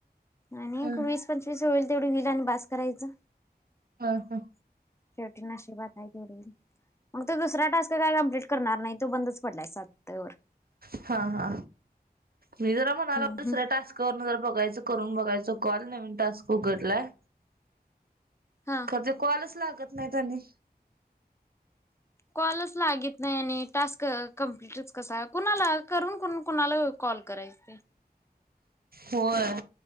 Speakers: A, on the left; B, on the right.
A: आणि
B: होय
A: वीस पंचवीस होईल, तेवढ होईल. आन बास करायचं.
B: हा, हा.
A: शेवटी नशिबात हाय तेवढ येईल. मग तो दुसरा टास्क काय कमप्लीट करणार नाही. तो बंदच पडलाय, सातवर.
B: हा, हा. मी जरा म ला
A: हम्म
B: दुसऱ्या
A: हम्म.
B: टास्कवर न जरा बघायच. करून बघायच कॉल. नवीन टास्क उघडलाय.
A: हा.
B: त ते कॉलच लागत नाही त्यानी.
A: कॉलच लागत नाही. आणि टास्क कंप्लिटच कसा? कुणाला, करून कोण- कुणाला कॉल करायचे.
B: होय.